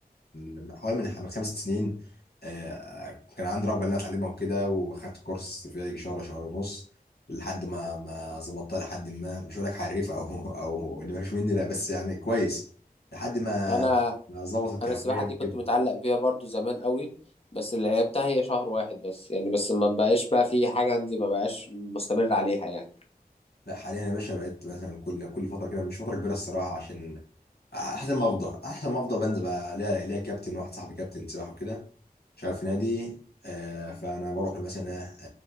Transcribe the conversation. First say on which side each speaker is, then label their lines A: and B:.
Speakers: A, on the left (about 85°); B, on the left (about 40°).
A: من حوالي من خم- خمس ست سنين آه، كان عندي رغبه ان انا اتعلمها وكده واخدت كورس في يجي شهر شهر ونص لحد ما ما ظبطتها لحد ما مش هقول لك حريف او او ان ما فيش مني لا بس يعني كويس لحد ما
B: أنا
A: ما ظبطت الكهربية
B: انا السباحه
A: وكده
B: دي كنت متعلق بيها برضو زمان قوي بس اللي لعبتها هي شهر واحد بس يعني بس ما بقاش بقى في حاجه عندي ما بقاش مستمر عليها يعني
A: لا حاليا يا باشا بقيت مثلا كل كل فتره كده مش فتره كبيره الصراحه عشان احسن ما افضى احسن ما افضى بنزل بقى ليا ليا كابتن واحد صاحبي كابتن سباحه وكده شغال في نادي آه فانا بروح له مثلا آه،